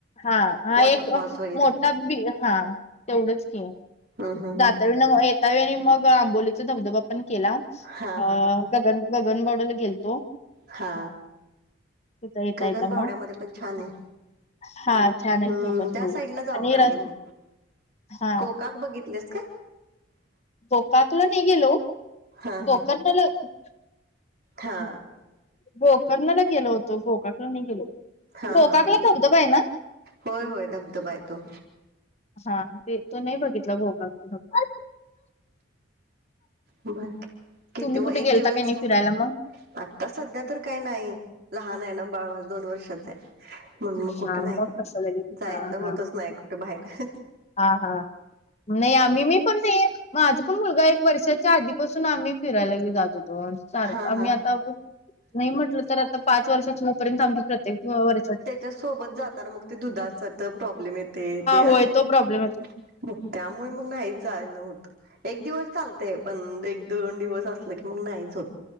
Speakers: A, on the left; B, on the right.
A: हा -हा
B: वॉटरफॉल्स
A: एक
B: वगैरे
A: मोठा बी हा तेवढच कि,
B: हम्म हम्म
A: दा
B: हम्म
A: येता वेळी मग आंबोलीचा धबधबा पण केला.
B: हा
A: अ
B: हा हा
A: गगन-गगन बावड्याला गेलतो.
B: हा
A: तिथं येता
B: गगनबावड्यामध्ये
A: येता मग
B: पण छान आहे.
A: हा छान आहे
B: हम्म
A: तो पण
B: त्या
A: हो
B: साईड ला जाऊन
A: आणि र
B: आले मी.
A: हा
B: को कान बघितलेस काय?
A: कोकातला नाही गेलो हो.
B: हा हा
A: <unintelligible>
B: हा
A: गोकर्णाला गेलो होतो. गोकाणे ला नाही गेलो.
B: हा
A: गोकाकला
B: -हा -हा,
A: धबधबा आहे ना
B: होय होय धबधबा हेतो.
A: हा ते तु नाही बघितल <unintelligible>
B: बर किती
A: तुम्ही
B: व
A: कुठे
B: एक
A: गेलता
B: दिवस
A: काही नाही
B: मग.
A: फिरायला
B: आता सध्या तर काही नाही लहान आहे ना, बाळ माझ. दोन वर्षाच आहे. म्हणून मग कुठ
A: हा
B: नाही
A: मग कसं लगेच
B: जायच
A: हा
B: होतच
A: हा
B: नाही कुठे बाहेर.
A: हा -हा नाही आम्ही मी. पण नाही माझा पण मुलगा एक वर्षाच्या आधीपासून आम्ही फिरायला नाही जात. सारख
B: हा
A: आम्ही
B: हा
A: आता नाही म्हटल तर आता पाच वर्षाच पर्यंत <unintelligible>
B: त्या सोबत जाताना मग ते दुधाचा तेन प्रॉब्लेम येते ते हा
A: होय तो प्रॉब्लेम येतो
B: <unintelligible> मग त्यामुळे मग नाहीच जान होतं. एक दिवस चालतय, पण एक दोन दिवस असल की मग नाहीच होत.